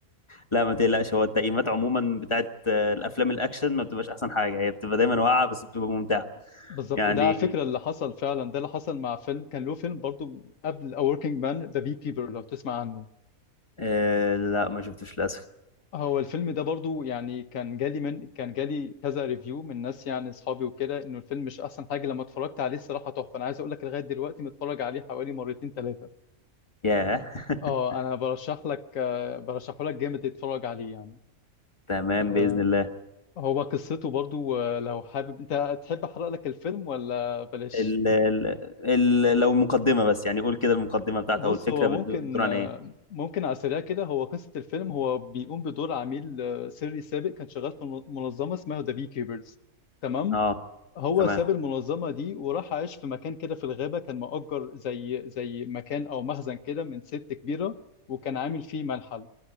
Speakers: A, on the left (about 20°); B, on the left (about 65°).
A: لا ما تقلقش هو التقييمات عموما بتاعت آه، الافلام الاكشن ما بتبقاش احسن حاجة هي بتبقى دايما واقعة بس بتبقى ممتعة
B: بالظبط
A: يعني
B: ده على فكرة اللي حصل فعلا ده اللي حصل مع فيلم كان له فيلم برضو قبل A Working Man The Beekeeper لو تسمع عنه
A: أه... لا ما شفتوش للاسف
B: هو الفيلم ده برضو يعني كان جالي من كان جالي كذا ريفيو من ناس يعني اصحابي وكده انه الفيلم مش احسن حاجة لما اتفرجت عليه الصراحة تحفة انا عايز اقول لك لغاية دلوقتي متفرج عليه حوالي مرتين ثلاثة
A: ياه <laughs>
B: اه انا برشح لك آه، برشحه لك جامد تتفرج عليه يعني
A: تمام
B: آه،
A: بإذن الله
B: هو قصته برضو آه، لو حابب انت تحب احرق لك الفيلم ولا بلاش
A: ال... ال... ال... لو المقدمة بس يعني قول كده المقدمة بتاعت
B: بص
A: او الفكرة
B: هو
A: بتدور
B: ممكن
A: عن ايه
B: ممكن على السريع كده هو قصة الفيلم هو بيقوم بدور عميل آه، سري سابق كان شغال في من- منظمة اسمها ذا بي كيبرز تمام
A: اه
B: هو
A: تمام
B: ساب المنظمة دي وراح عايش في مكان كده في الغابة كان مؤجر زي زي مكان أو مخزن كده من ست كبيرة وكان عامل فيه منحل